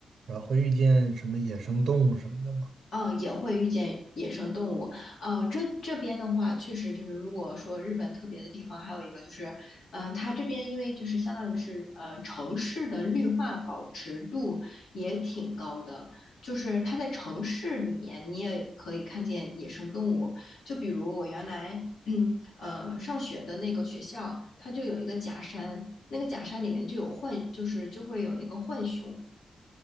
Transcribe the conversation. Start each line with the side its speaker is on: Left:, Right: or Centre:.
Right: 然后会遇见什么野生动物什么的吗？
Left: 嗯，呃也会遇见野生动物。哦，这这边的话，确实就是，如果说日本特别的地方，还有一个就是，嗯、它这边因为就是相当于是呃城市的绿化保持度也挺高的，就是它在城市里面你也可以看见野生动物。就比如我原来 <clears throat> 呃上学的那个学校，它就有一个假山，那个假山里面就有浣，就是就会有那个浣熊。